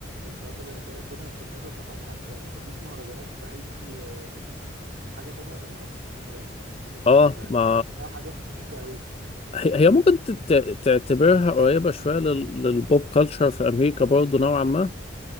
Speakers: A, on the right; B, on the left.
A: ب- مثلا إن هي كونها بتتناسب مثلا ح- يعني مفيش مهرجانات في أي آه، حاجة تانية غير مصر فاهم
B: اه
A: يعني
B: ما
A: تحسها حاجة مميزة أوي
B: هي هي ممكن تت- تعتبرها قريبة شوية لل- للبوب كلتشر في أمريكا برضه نوعا ما